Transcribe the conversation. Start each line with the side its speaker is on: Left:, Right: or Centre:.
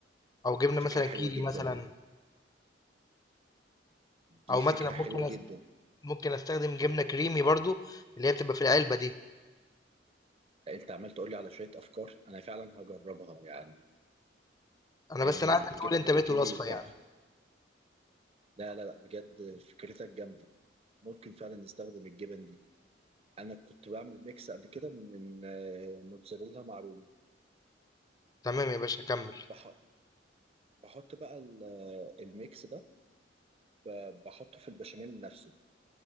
Left: او جبنه
Right: فكره
Left: مثلا
Right: حلوه
Left: كيري
Right: جدا
Left: مثلا
Right: دي
Left: او
Right: فكره
Left: مثلا ممكن
Right: حلوه جدا
Left: أس- ممكن استخدم جبنه كريمي برضو اللي هي بتبقى في العلبه دي
Right: انت عمال تقول لي على شويه افكار انا فعلا هجربها يعني
Left: انا
Right: آه،
Left: بس انا عايزك
Right: جبنة
Left: تقول انت بقيت
Right: كيري
Left: الوصفه
Right: تحفة
Left: يعني
Right: لا لا لا بجد فكرتك جامدة ممكن فعلا نستخدم الجبن دي أنا كنت بعمل ميكس قبل كده من آه، موتزاريلا مع رومي
Left: تمام يا باشا كمل
Right: بح- بحط بقى ال- آه، الميكس ده ب- بحطه في البشاميل نفسه